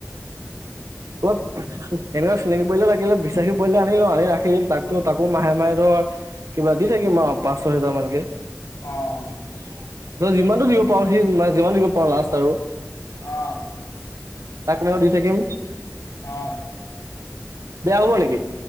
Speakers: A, on the right; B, on the left.
A: <unintelligible> এনেকুৱা চিনাকী পোৱালী এটা লাগিলে বিশ্বাসী পোৱালী এটা আনি ল' আনি ৰাখি ল' তাকটো তাকো মাহে মাহে ধৰ কিবা দি থাকিম আৰু পাঁচ-ছয় হেজাৰ মানকে।
B: অ'।
A: <unintelligible> তই যিমানটো দিব পাৰ' সি যিমান দিব পাৰ' লাষ্ট আৰু।
B: অ'।
A: তাক সেনেকে দি থাকিম।
B: অ'।
A: বেয়া হ'ব নেকি?